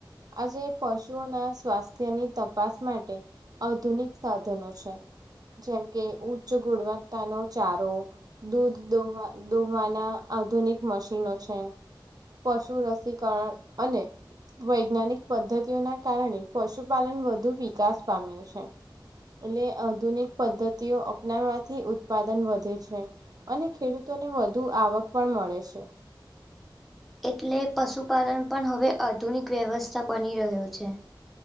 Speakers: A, on the right (about 50°); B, in the centre.
A: આજે પશુઓના સ્વાસ્થ્યની તપાસ માટે... આધુનિક સાધનો છે જેમકે ઉચ્ચ ગુણવત્તાનો ચારો દૂધ દોહવા દોહવાના આધુનિક મશીનો છે અને પશુ રશ રસીકર અને. વૈજ્ઞાનિક પદ્ધતિઓના કારણે પશુપાલન વધુ વિકાસ પામ્યું છે. એટલે આધુનિક પદ્ધતિઓ અપનાવવાથી ઉત્પાદન વધે છે. અને ખેડૂતોને વધુ આવક પણ મળે છે.
B: એટલે પશુપાલન પણ હવે આધુનિક વ્યવસાય બની રહ્યો છે.